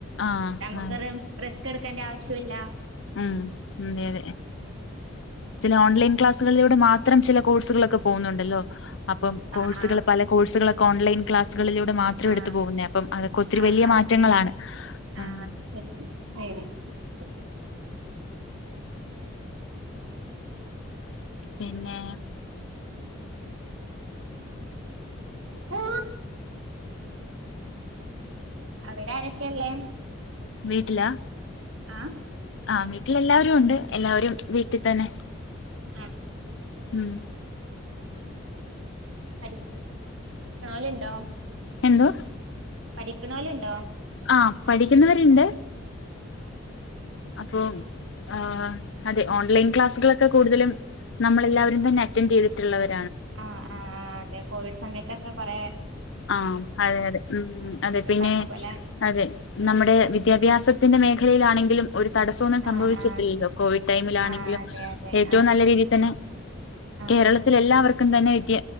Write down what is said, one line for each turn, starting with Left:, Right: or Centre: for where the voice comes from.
Left: ആഹ്
Right: നമുക്ക
Left: അതെ
Right: റിസ്ക് എടുക്കേണ്ട ആവശ്യുല്ല
Left: ഉം ഉം അതെ അതെ ചില ഓൺലൈൻ ക്ലാസ്സുകളിലൂടെ മാത്രം ചില കോഴ്സുകളൊക്കെ പോകുന്നുണ്ടല്ലോ അപ്പം കോഴ്സുകൾ
Right: ആഹ്
Left: പല കോഴ്സുകളൊക്കെ ഓൺലൈൻ ക്ലാസ്സുകളിലൂടെ മാത്രം
Right: ആഹ്
Left: എടുത്തു പോകുന്നേആ അപ്പം അതൊക്കെ ഒത്തിരി
Right: ആഹ്
Left: ലിയ
Right: ആഹ് ആഹ്
Left: മാറ്റങ്ങളാണ്
Right: അതെ ആഹ്
Left: മ്
Right: അതെ <unintelligible>
Left: പിന്നെ
Right: ആ അവിടെ ആരൊക്ക്യ ള്ളെ.?
Left: വീട്ട്ല?
Right: ആഹ്
Left: ആഹ് വീട്ടിൽ എല്ലാവരു ഒണ്ട് എല്ലാവരും വീട്ടി തന്നെ.
Right: മ്.
Left: ഉം.
Right: അടി ല് ണ്ടോ.?
Left: എന്തോ.?
Right: പഠിക്ക്ണോല്ണ്ടോ?
Left: ആ പഠിക്ക്‌ന്നവര്ണ്ട്
Right: അ.
Left: അപ്പൊ ആ അതെ ഓൺലൈൻ ക്ലാസ്കള്ക്കെ കൂടുതലും നമ്മളെല്ലാവരും തന്നെ അറ്റന്റ് യ്തിട്ട്ള്ളവര്
Right: ആ ആ <unintelligible> കോവിഡ് സമയത്തെക്കെ കൊറേ
Left: ആ അതെ അതെ മ് അതെ
Right: ഇങ്ങള്
Left: പിന്നെ
Right: പറഞ്ഞ പോലെ
Left: അതെ നമ്മ്ടെ വിദ്യാഭ്യാസത്തിന്റെ മേഖ <unintelligible> ലാണെങ്കിലും ഒരു തടസോ ന്നും
Right: ആഹ്
Left: സംഭവിച്ചിട്ടില്ലല്ലോ
Right: ആഹ്
Left: കോവിഡ് ടൈമിലാണെങ്കിലും
Right: ആഹ് അതെ അതെ
Left: ഏറ്റവും
Right: ആഹ്
Left: നല്ല രീതിയിൽ തന്നെ
Right: ആഹ്
Left: കേരളത്തിൽ
Right: ആഹ്
Left: എല്ലാവർക്കും തന്നെ വിദ്യ